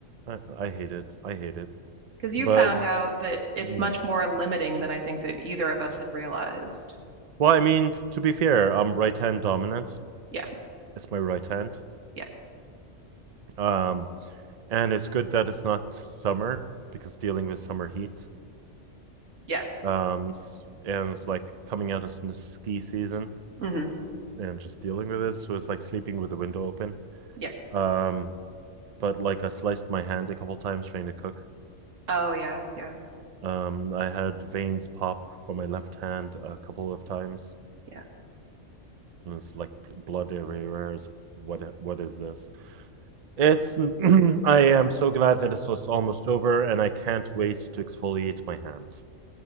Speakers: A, on the right (about 50°); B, on the right (about 80°).
A: I, I hate it. I hate it.
B: Because you
A: But
B: found out that it's
A: mm,
B: much more limiting than I think that either of us had realized.
A: Well, I mean, to be fair, I'm right hand dominant.
B: Yeah,
A: It's my right hand.
B: yeah,
A: Um, and it's good that it's not summer because dealing with summer heat.
B: yeah.
A: Um, and it's like coming out of the ski season
B: hmm
A: and just dealing with it. So it's like sleeping with the window open.
B: Yeah.
A: Um, but like I sliced my hand a couple times trying to cook.
B: Oh, yeah, yeah,
A: Um, I had veins pop from my left hand a couple of times,
B: yeah.
A: and it's like blood everywhere. It's like, what, what is this? It's. <clears throat> I am so glad that it's just almost over, and I can't wait to exfoliate my hand.